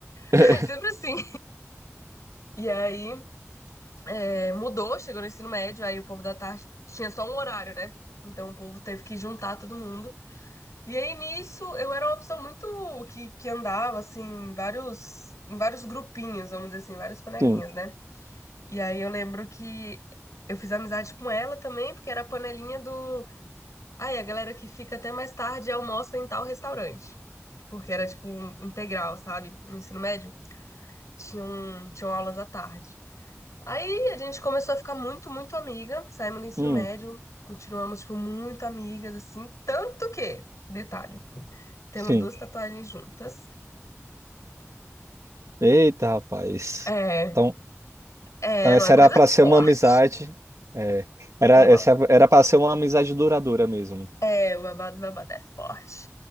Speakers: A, on the right; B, on the left.
A: <laughs>
B: <laughs> Sempre assim. E aí é, mudou, chegou no ensino médio, aí o povo da tarde tinha só um horário, né? Então o povo teve que juntar todo mundo. E aí nisso eu era uma pessoa muito que, que andava assim, em vários, em vários grupinhos, vamos dizer assim, várias panelinhas,
A: Sim,
B: né? E aí eu lembro que eu fiz amizade com ela também, porque era a panelinha do Aí a galera que fica até mais tarde almoça em tal restaurante, porque era tipo um integral, sabe? No ensino médio, tinham, tinham aulas à tarde. Aí a gente começou a ficar muito, muito amiga, saímos do ensino
A: hum,
B: médio, continuamos, tipo, muito amigas, assim, tanto que, detalhe, temos
A: sim.
B: duas tatuagens juntas.
A: Eita, rapaz.
B: É,
A: Então,
B: é,
A: então
B: era
A: essa
B: uma
A: era
B: coisa
A: para ser
B: forte.
A: uma amizade. É, era
B: Eu
A: essa era para ser uma amizade duradoura mesmo.
B: É, o babado, o babado é forte.